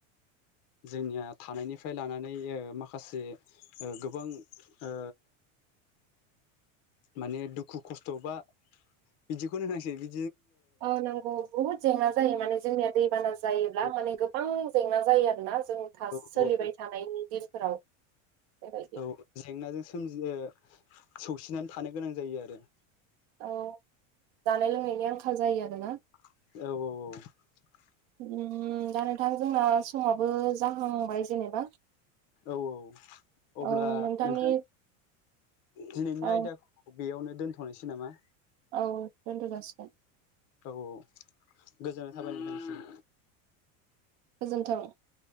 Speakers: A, on the left; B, on the right.
A: जोंनिया थानायनिफ्राय लानानै ओ माखासे ओ गोबां ओ माने दुखु खस्थ' बा बिदिखौनो होनांसै बि
B: औ नंगौ बुहुत जेंना जायो माने जोंनिया दैबाना जायोब्ला
A: औ
B: माने गोबां जेंना जायो आरोना जों था
A: औ
B: सोलिबाय थानायनि दिनफोराव बेबायदि
A: औ जेंनाजों सोमजियो सौसिनानै थानो गोनां जायो आरो
B: औ जानाय लोंनायनि आंखाल जायो आरोना
A: औ औ औ
B: उम दा नोंथां जोंना समाबो जाहांबाय जेनेबा
A: औ औ अब्ला
B: औ नोंथांनि
A: नोंथां दिनैनि
B: औ
A: आयदाखौ बेयावनो दोनथ'नोसै नामा?
B: औ दोनथ' जासिगोन।
A: औ औ गोजोननाय थाबाय नोंथांनिसिम।
B: गोजोन्थों